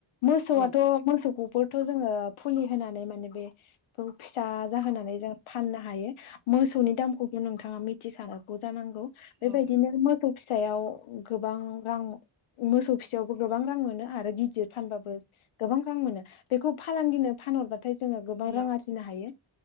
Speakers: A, on the left; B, on the right.
A: मोसौआथ'
B: औ
A: मोसौखौ थ' जोङो फुलि होनानै माने बे फिसा जाहोनानै जों फाननो हायो। मोसौनि
B: औ
A: दामखौबो नोंथाङा मिथिखानांगौ जानांगौ बेबायदिनो
B: औ
A: मोसौ फिसायाव गोबां रां मोसौ फिसायावबो गोबां रां मोनो आरो गिदिर फानबाबो गोबां रां मोनो बेखौ फालांगिनो फानहरबाथाय जोङो गोबां
B: हेल'
A: रां आरजिनो हायो